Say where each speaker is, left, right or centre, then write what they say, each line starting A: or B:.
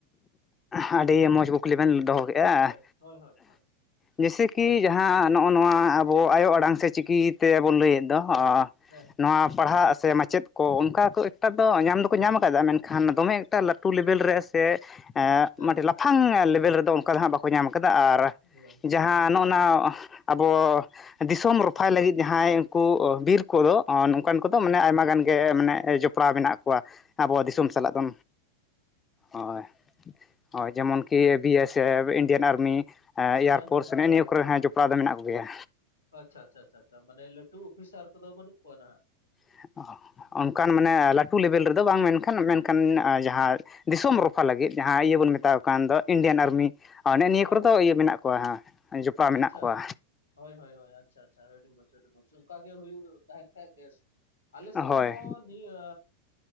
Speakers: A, on the left (about 20°); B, on the left (about 85°).
A: ᱟᱹᱰᱤ ᱢᱚᱡᱽ ᱠᱩᱠᱞᱤ ᱵᱮᱱ ᱫᱚᱦᱚ ᱠᱮᱫᱼᱟ,
B: ᱦᱳᱭ ᱦᱳᱭ ᱦᱳᱭ ᱦᱳᱭ ᱦᱳᱭ
A: ᱡᱮᱥᱮ ᱠᱤ ᱡᱟᱦᱟᱸ ᱱᱚᱜᱼᱚ ᱱᱚᱣᱟ ᱟᱵᱚ ᱟᱭᱳ ᱟᱲᱟᱝ ᱥᱮ ᱪᱤᱠᱤ ᱛᱮᱵᱚᱱ ᱞᱟᱹᱭᱮᱫ ᱫᱚ,
B: ᱦᱮᱸ
A: ᱱᱚᱣᱟ
B: ᱦᱮᱸ
A: ᱯᱟᱲᱦᱟᱜ ᱥᱮ ᱢᱟᱪᱮᱫ ᱠᱚ ᱚᱱᱠᱟ ᱠᱚ ᱮᱠᱴᱟ ᱫᱚ ᱧᱟᱢ ᱫᱚᱠᱚ ᱧᱟᱢ ᱟᱠᱟᱫᱟ ᱢᱮᱱᱠᱷᱟᱱ ᱫᱚᱢᱮ ᱮᱠᱴᱟ ᱞᱟᱹᱴᱩ ᱞᱮᱵᱮᱞ ᱨᱮ ᱥᱮ ᱟᱹᱰᱤ
B: ᱦᱮᱸ
A: ᱞᱟᱯᱷᱟᱝ ᱞᱮᱵᱮᱞ ᱨᱮᱫᱚ ᱚᱱᱠᱟ ᱫᱚ ᱦᱟᱸᱜ ᱵᱟᱠᱚ ᱧᱟᱢ ᱠᱟᱫᱟ ᱟᱨ
B: ᱦᱮᱸ
A: ᱡᱟᱦᱟᱸ
B: ᱦᱮᱸ ᱦᱮᱸ
A: ᱱᱚᱜᱼᱚ ᱱᱟ ᱟᱵᱚ ᱫᱤᱥᱚᱢ ᱨᱚᱯᱷᱟᱭ ᱞᱟᱹᱜᱤᱫ ᱡᱟᱦᱟᱸᱭ ᱩᱱᱠᱩ ᱵᱤᱨ ᱠᱚᱫᱚ ᱱᱚᱝᱠᱟᱱ ᱠᱚᱫᱚ
B: ᱦᱳᱭ
A: ᱢᱟᱱᱮ
B: ᱦᱳᱭ
A: ᱟᱭᱢᱟ ᱜᱟᱱ ᱜᱮ ᱢᱟᱱᱮ ᱡᱚᱯᱲᱟᱣ ᱢᱮᱱᱟᱜ ᱟᱵᱚ ᱫᱤᱥᱚᱢ
B: ᱟᱪᱪᱷᱟ
A: ᱥᱟᱞᱟᱜ ᱫᱚ ᱦᱳᱭ᱾ ᱦᱳᱭ ᱡᱮᱢᱚᱱ ᱠᱮ
B: ᱦᱳᱭ
A: ᱵᱤ ᱮᱥ ᱥᱮᱯᱷ ᱤᱱᱰᱤᱭᱟᱱ ᱟᱨᱢᱤ ᱮᱭᱟᱨᱯᱷᱳᱨᱥ
B: ᱦᱳᱭ ᱦᱳᱭ ᱦᱳᱭ
A: ᱱᱮᱜᱼᱮ ᱱᱤᱭᱟᱹ ᱠᱚᱨᱮ ᱦᱮᱸ ᱡᱚᱯᱲᱟᱣ ᱫᱚ ᱢᱮᱱᱟᱜ ᱠᱚᱜᱮᱭᱟ᱾
B: ᱟᱪᱪᱷᱟ ᱟᱪᱪᱷᱟ ᱟᱪᱪᱷᱟ ᱢᱟᱱᱮ ᱞᱟᱹᱴᱩ ᱚᱯᱷᱤᱥᱟᱨ ᱠᱚᱫᱚ ᱵᱟᱹᱱᱩᱜ ᱠᱚᱣᱟ ᱱᱟᱦᱟᱜ?
A: <unintelligible> ᱚᱱᱠᱟᱱ ᱢᱟᱱᱮ ᱞᱟᱹᱴᱩ ᱞᱮᱵᱮᱞ ᱨᱮᱫᱚ ᱵᱟᱝ ᱢᱮᱱᱠᱷᱟᱱ ᱢᱮᱱᱠᱷᱟᱱ ᱡᱟᱦᱟᱸ ᱫᱤᱥᱚᱢ ᱨᱚᱯᱷᱟ ᱞᱟᱹᱜᱤᱫ ᱡᱟᱦᱟᱸ ᱤᱭᱟᱹ ᱵᱚᱱ ᱢᱮᱛᱟᱣ ᱠᱟᱱ ᱫᱚ ᱤᱱᱰᱤᱭᱟᱱ ᱟᱨᱢᱤ᱾ ᱚᱱᱮ ᱱᱤᱭᱟᱹ
B: ᱦᱮᱸ
A: ᱠᱚᱨᱮ
B: ᱦᱮᱸ
A: ᱫᱚ
B: ᱦᱮᱸ
A: ᱤᱭᱟᱹ ᱢᱮᱱᱟᱜ ᱠᱚᱣᱟ ᱦᱮᱸ ᱡᱚᱯᱲᱟᱣ ᱢᱮᱱᱟᱜ
B: ᱟᱪᱪᱷᱟ
A: ᱠᱚᱣᱟ᱾
B: ᱦᱳᱭ ᱦᱳᱭ ᱦᱳᱭ ᱟᱪᱪᱷᱟ ᱟᱪᱪᱷᱟ ᱟᱹᱰᱤ ᱢᱚᱸᱡᱽ ᱟᱹᱰᱤ ᱢᱚᱸᱡᱽ ᱚᱱᱠᱟ ᱜᱮ ᱦᱩᱭᱩᱜ ᱛᱟᱦᱮᱱ ᱠᱷᱟᱡ ᱵᱮᱥ᱾ ᱟᱞᱮ
A: ᱦᱳᱭ
B: ᱥᱮᱜ ᱦᱚᱸ ᱤᱭᱟᱹ